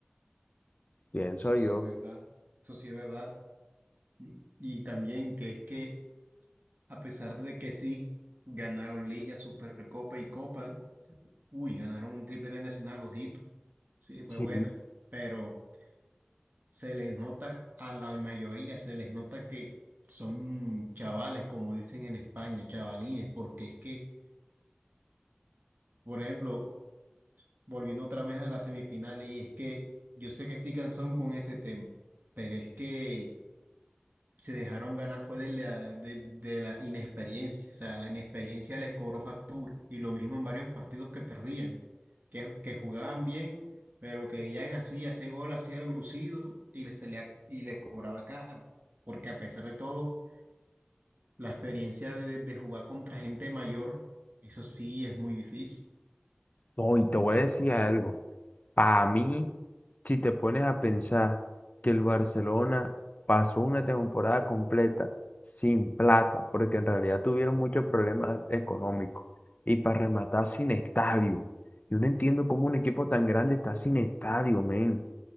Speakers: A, on the left (about 40°); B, on the right (about 50°).
A: pienso
B: Eso
A: yo.
B: sí es verdad. Eso sí es verdad. Y, y también que es que, a pesar de que sí ganaron Liga, Supercopa y Copa, uy, ganaron un triplete nacional, ojito. Sí, fue
A: Sí,
B: buena. Pero. se les nota, a la mayoría se les nota que son chavales, como dicen en España, chavalines, porque es que, por ejemplo, volviendo otra vez a las semifinales, y es que yo sé que estoy cansón con ese tema, pero es que se dejaron ganar fue de la, de, de la inexperiencia, o sea, la inexperiencia les cobró factura y lo mismo en varios partidos que perdían, que, que jugaban bien, pero querían así, hacer gol, hacía lo lucido y les, se le- y les cobraba caro, porque a pesar de todo, la experiencia de, de jugar contra gente mayor, eso sí es muy difícil.
A: Hoy te voy a decir algo. Para mí, si te pones a pensar que el Barcelona pasó una temporada completa sin plata, porque en realidad tuvieron muchos problemas económicos, y para rematar sin estadio. Yo no entiendo cómo un equipo tan grande está sin estadio, men.